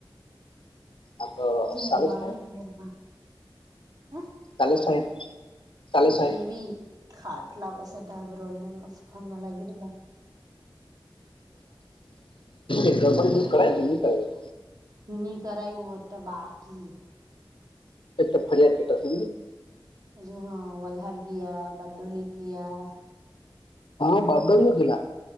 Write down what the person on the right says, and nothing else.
ધેરમાં
અહે ઘેર માં હ
તેવી ખાટલા વસ અતા આપ રે ડો દિવસ ફોનમાં લાગેલો
ની કરાઈ હો તો બાકી
હજ હ વલલ્હડ ગયા બારડોલી ગયા